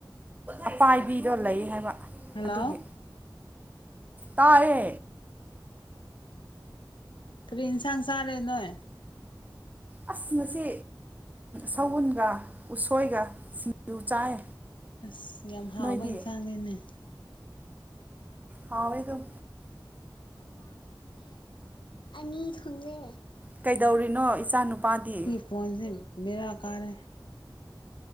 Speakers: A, on the right (about 20°); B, on the left (about 80°).
A: ꯑꯄꯥꯏꯕꯤꯗꯣ ꯂꯩ ꯍꯥꯏꯕ
B: ꯍꯜꯂꯣ
A: ꯑꯗꯨꯒꯤ ꯇꯥꯔꯦ
B: ꯀꯔꯤ ꯏꯟꯁꯥꯡ ꯆꯔꯦ ꯅꯣꯏ
A: ꯑꯁ ꯉꯁꯤ ꯁꯎꯟꯒ ꯎꯁꯣꯏꯒ ꯁꯤꯡꯖꯨ ꯆꯥꯏ
B: ꯑꯁ ꯌꯥꯝ ꯍꯥꯎꯕ
A: ꯅꯣꯏꯗꯤ
B: ꯏꯟꯁꯥꯡꯅꯤꯅꯦ
A: ꯍꯥꯎꯋꯦ ꯑꯗꯨꯝ
B: ꯃꯥ ꯊꯨꯡꯂꯦ ꯑꯅꯤ ꯊꯨꯡꯂꯦ
A: ꯀꯩꯗꯧꯔꯤꯅꯣ ꯏꯆꯥ ꯅꯨꯄꯥꯗꯤ
B: ꯐꯣꯟꯁꯦ ꯕꯦꯔꯥ ꯀꯥꯔꯦ